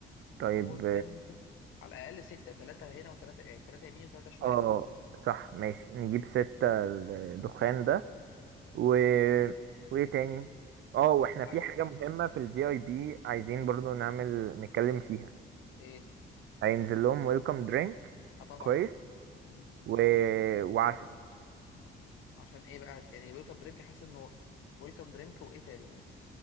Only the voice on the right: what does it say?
طيب
اه صح ماشي نجيب ستة الدخان ده و... وايه تاني اه واحنا
في حاجة مهمة في الفي اي بي عايزين برضو نعمل نتكلم فيها
هينزل لهم ويلكم درينك
كويس
و... وعشاء